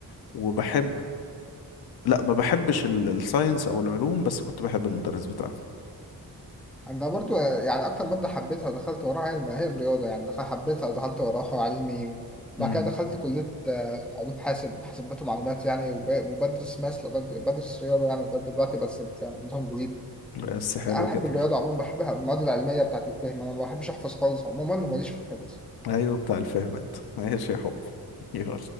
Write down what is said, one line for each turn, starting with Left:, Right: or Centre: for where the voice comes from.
Left: وبحب لأ ما بحبش ال- الساينس أو العلوم بس كنت بحب المدرس بتاعه
Centre: انا برضو يعني اكتر ماده حبيتها ودخلت وراها هي ما هي الرياضه يعني دخل- حبيتها ودخلت وراها علمي وبعد
Left: مم.
Centre: كده دخلت كليه آه، علوم حاسب حاسبات ومعلومات يعني وب- وبدرس ماس لغايه بدرس رياضه يعني لغايه دلوقتي بس نظام جديد
Left: بس حلو
Centre: انا بحب
Left: كده
Centre: الرياضه عموما بحبها المواد العلميه بتاعت الفهم انا ما بحبش احفظ خالص عموما وماليش في الحفظ
Left: أيوه بتاع الفهم أنت ماشي يا حب يلا